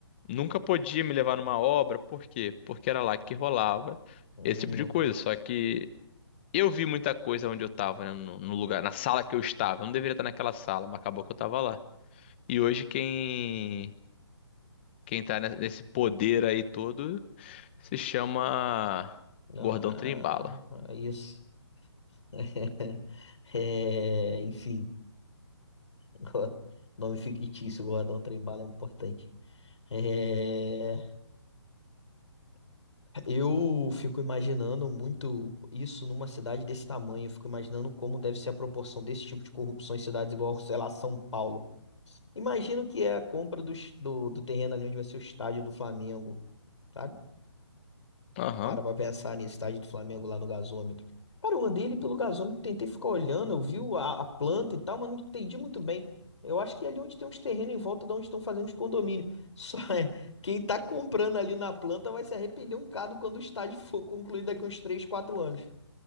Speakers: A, on the left; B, on the left.
A: nunca podiam me levar numa obra, por quê? Porque era lá que rolava
B: um,
A: esse tipo de coisa. Só que eu vi muita coisa onde eu tava, né? No, no lugar, na sala que eu estava. Eu não deveria estar naquela sala, mas acabou que eu tava lá. E hoje quem, quem tá ne- nesse poder aí todo se chama
B: Não,
A: Gordão
B: ah,
A: Trimbala.
B: ah, isso. <laughs> É, enfim, go- nome fictício, Gordão Trem-Bala é importante. É, eu fico imaginando muito isso numa cidade desse tamanho. Eu fico imaginando como deve ser a proporção desse tipo de corrupção em cidades igual, sei lá, São Paulo. Imagino que é a compra do, do, do terreno ali onde vai ser o estádio do Flamengo, sabe?
A: Aham.
B: Para pra pensar nesse estádio do Flamengo lá no gasômetro. Cara, eu andei ali pelo gasômetro, tentei ficar olhando, eu vi o- a, a planta e tal, mas não entendi muito bem. Eu acho que é ali onde tem uns terrenos em volta de onde estão fazendo os condomínios. <laughs> Só é, quem tá comprando ali na planta vai se arrepender um bocado quando o estádio for concluído daqui uns três quatro anos.